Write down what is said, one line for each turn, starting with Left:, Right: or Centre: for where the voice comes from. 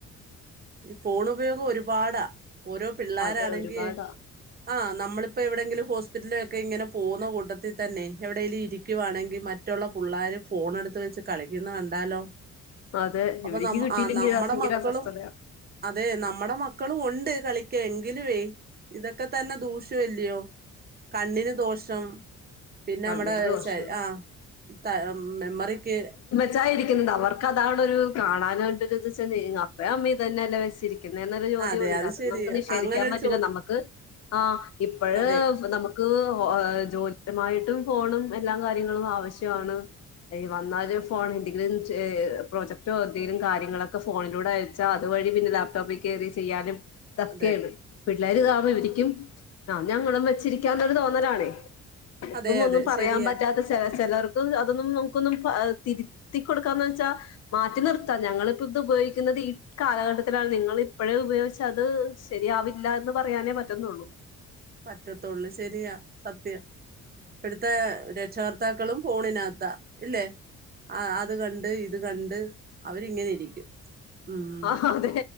Right: ഈ ഫോൺ ഉപയോഗം ഒരുപാടാ ഓരോ പിള്ളോരാണെങ്കിൽ
Left: അത് ഒരുപാടാ
Right: ആ നമ്മളിപ്പോ എവിടെെങ്കിലും ഹോസ്പിറ്റലിലൊക്കെ ഇങ്ങനെ പോന്ന കൂട്ടത്തിൽ തന്നെ എവിടെേങ്കലും ഇരിക്കുയാണെങ്കിൽ മറ്റുള്ള പിള്ളേർ ഫോണെടുത്ത് വെച്ച് കളിക്കുന്നത് കണ്ടാലോ
Left: അതെ
Right: അപ്പൊ
Left: ഇവനിക്ക്
Right: നമ്മ
Left: കിട്ടിയില്ലെങ്കിൽ
Right: ആ നമ്മടെ
Left: ഭയങ്കര
Right: മക്കളും
Left: അസ്വസ്ഥതയാ.
Right: അതെ നമ്മുടെ മക്കളും ഉണ്ട് കളിക്കാൻ എങ്കിലുവേ- ഇതൊക്കെ തന്നെ ദൂഷ്യം അല്ലിയോ കണ്ണിന് ദോഷം പിന്നെ
Left: കണ്ണിന്
Right: നമ്മടെ
Left: ദോഷം
Right: ശ ആ ത മെമ്മറിക്ക്
Left: ച്ചാരിക്കുന്നത് അവർക്ക് അതാണൊരു കാണാനണ്ടെരു ഇത് വെച്ചാ അപ്പേ അമ്മീ തന്നെയല്ലേ വെച്ചിരി ക്കുന്നൊരു ചോദ്യം
Right: അതെ
Left: ഉണ്ട്. അത്
Right: ശരിയ
Left: നമുക്ക് നിഷേധിക്കാൻ
Right: അങ്ങനൊരു
Left: പറ്റില്ല.
Right: ചോ
Left: നമുക്ക് ആ ഇപ്പഴ്
Right: അതെ
Left: നമുക്ക് ക്ക് ജോലിപരമായിട്ടും ഫോണും എല്ലാം കാര്യങ്ങളും ആവശ്യമാണ്. വന്നാല് ഫോൺ എന്തെങ്കിലും പ്രോജക്ടോ എന്തെങ്കിലും കാര്യങ്ങളൊക്കെ ഫോണിലൂടെ ച്ചാ അതുവഴി പിന്നെ ലാപ്ടോപ്പിൽ കയറി ചെയ്യാനും ഇതക്കെയാണ്
Right: അതെ
Left: പിള്ളേർ കാരണം ഇവരിക്കും ആ ഞങ്ങളും വെച്ചിരിക്കാന്നൊരു തോന്നലാണേ. നമുക്കും
Right: അതെ
Left: ഒന്നും
Right: അതെ
Left: പറയാൻ
Right: ശരിയാ
Left: പറ്റാത്ത ച ചിലർക്ക് അതൊന്നും നമുക്കൊന്നും തിരുത്തി കൊടുക്കാന്ന് വെച്ചാ മാറ്റി നിർത്താം. ഞങ്ങളിപ്പ ഇത് ഉപയോഗിക്കുന്നത് ഈ കാലഘട്ടത്തിലാണ് നിങ്ങള് ഇപ്പഴേ ഉപയോഗിച്ച അത് ശരിയാവില്ല എന്ന് പറയാനേ പറ്റുന്നുള്ളൂ.
Right: പറ്റത്തുള്ളൂ ശരിയാ സത്യം. ഇപ്പളത്തെ രക്ഷകർത്താക്കളും ഫോണിനകത്താ. ഇല്ലേ? ആ അത് കണ്ട് ഇത് കണ്ട് അവരിങ്ങനെ ഇരിക്കും. ഉം
Left: ആ അതെ